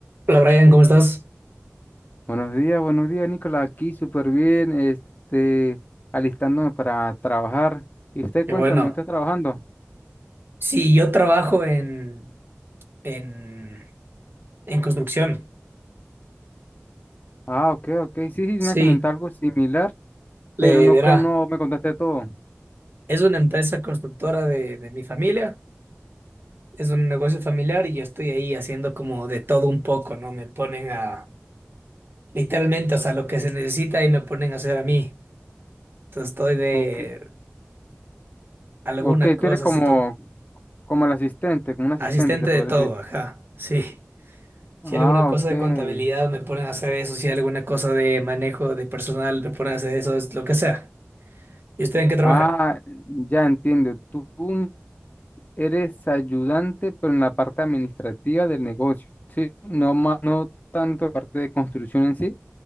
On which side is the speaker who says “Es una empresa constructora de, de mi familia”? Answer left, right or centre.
Right